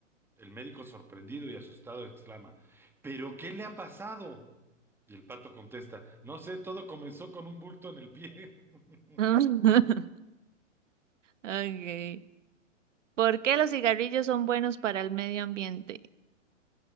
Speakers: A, in the centre; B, on the right (about 70°).
A: El médico, sorprendido y asustado, exclama, ¿Pero qué le ha pasado? Y el pato contesta, no sé, todo comenzó con un bulto en el pie. <laughs>
B: <laughs> Okay. ¿Por qué los cigarrillos son buenos para el medio ambiente?